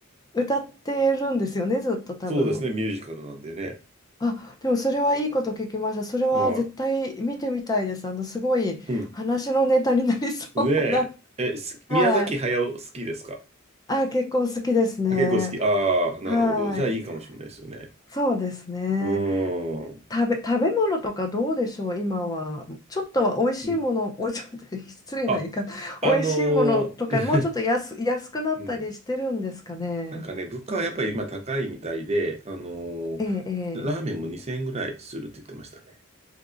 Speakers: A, on the left (about 20°); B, on the right (about 30°).
A: 歌ってるんですよね、ずっと多分。
B: そうですね、ミュージカルなんでね。
A: あ、でもそれはいいこと聞きました。それは絶対見てみたいです。
B: はい。
A: あの、すごい話のネタになりそうな。
B: うん。で、え、す宮崎駿好きですか
A: <laughs> はい。あ、結構好きですね。
B: あ、結構好き。ああ、なるほど。
A: はい。
B: じゃあいいかもしれないですよね。
A: そうですね。
B: うーん。
A: 食べ、食べ物とかどうでしょう、今は。ちょっとは美味しいもの、
B: うん。
A: <laughs> おい、ちょっと <laughs> 失礼な言い方、
B: あ、あのー
A: 美味しいものとか、もうちょっと安、安くなったりしてるんですかね。
B: <laughs> うん。なんかね、物価はやっぱり今高いみたいで、あのー
A: ええ、ええ。
B: ラーメンも2000円ぐらいするって言ってましたね。